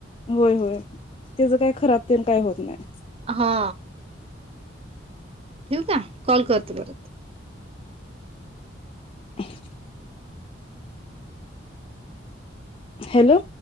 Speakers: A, on the left; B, on the right.
A: होय होय, तेज काही खराब तेण काही होत नाही.
B: हा. ठेवू का कॉल करते परत.
A: <unintelligible> हॅलो.